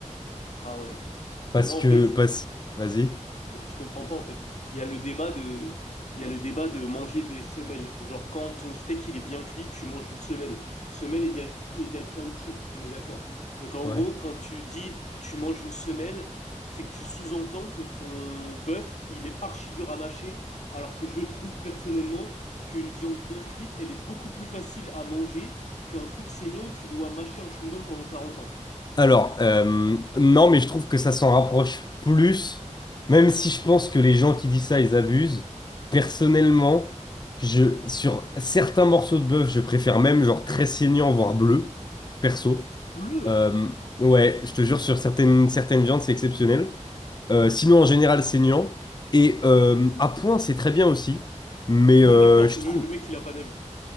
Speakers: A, on the left; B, on the left.
A: Ah ouais.
B: parce
A: Moi,
B: que,
A: en fait,
B: parce. Vas-y.
A: Je comprends pas en fait. Il y a le débat de, il y a le débat de manger des semelles. Genre quand ton steak il est bien cuit, tu manges une semelle. Semelle égale, égale caoutchouc, on est d'accord. Donc en
B: Ouais.
A: gros, quand tu dis tu manges une semelle, c'est que tu sous-entends que ton bœuf il est archi dur à mâcher, alors que je trouve personnellement qu'une viande bien cuite, elle est beaucoup plus facile à manger qu'un truc saignant où tu dois mâcher un chewing-gum pendant 40 ans.
B: Alors, euh, non, mais je trouve que ça s'en rapproche plus, même si je pense que les gens qui disent ça, ils abusent. Personnellement, je, sur certains morceaux de bœuf, je préfère même genre très saignant, voire bleu, perso.
A: Bleu!
B: Euh,
A: <laughs>
B: ouais, je te jure, sur certaines, certaines viandes, c'est exceptionnel. Euh, sinon, en général, saignant. Et euh, à point, c'est très bien aussi. Mais
A: Bah
B: euh,
A: d'accord,
B: je
A: le,
B: trouve,
A: le mec il a pas d'avis.